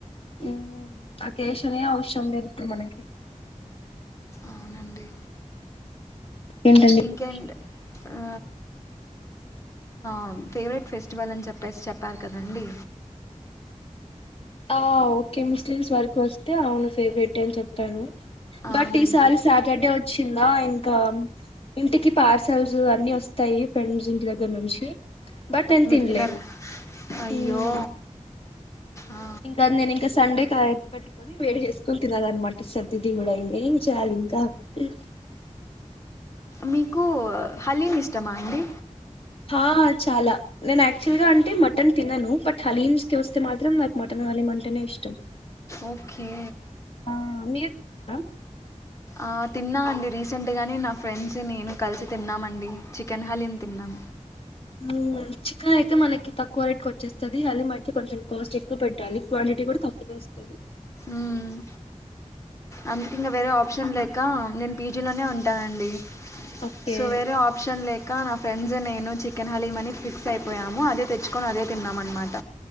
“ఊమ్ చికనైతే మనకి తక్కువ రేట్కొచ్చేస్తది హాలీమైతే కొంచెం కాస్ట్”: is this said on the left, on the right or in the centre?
Left